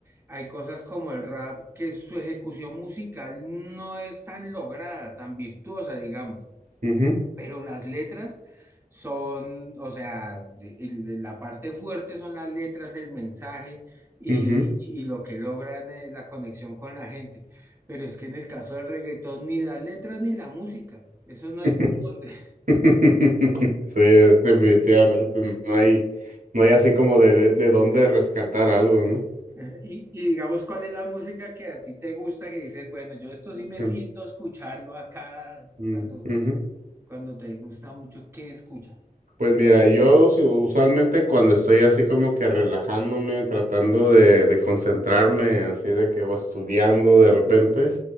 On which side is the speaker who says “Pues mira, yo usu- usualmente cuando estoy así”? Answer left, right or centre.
Right